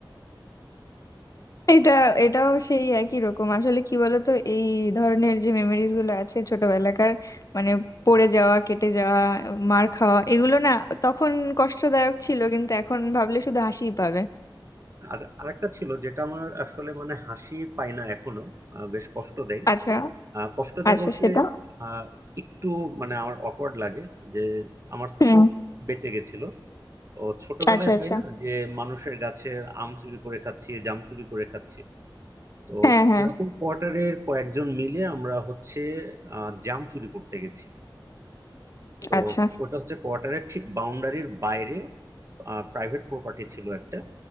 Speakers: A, on the left (about 40°); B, on the right (about 35°).
A: এটা এটাও সেই একই রকম আসলে কি বলতো এই ধরনের যে মেমোরিজ গুলো আছে ছোটবেলাকার মানে পড়ে
B: হ্যাঁ,
A: যাওয়া কেটে যাওয়া মার খাওয়া এগুলো না তখন কষ্টদায়ক ছিল কিন্তু এখন ভাবলে শুধু হাসিই পাবে
B: আর আরেকটা ছিল যেটা আমার আসলে মানে হাসি পায় না এখনো আহ, বেশ কষ্ট দেয়
A: আচ্ছা
B: আহ, কষ্ট দেয়
A: আচ্ছা
B: বলতে
A: সেটা
B: আহ, একটু মানে আমার অকওয়ার্ড লাগে যে আমার
A: হুম
B: চোখ বেঁচে গেছিল ও ছোটবেলায়
A: আচ্ছা আচ্ছা
B: হয় না যে মানুষের গাছের আম চুরি করে খাচ্ছি জাম চুরি করে খাচ্ছি তো
A: হ্যাঁ হ্যাঁ
B: এরকম কোয়ার্টারের কয়েকজন মিলে আমরা হচ্ছে আহ, জাম চুরি করতে গেছি তো
A: আচ্ছা
B: ওটা হচ্ছে কোয়ার্টারের ঠিক বাউন্ডারির বাইরে প্রাইভেট প্রপার্টি ছিল একটা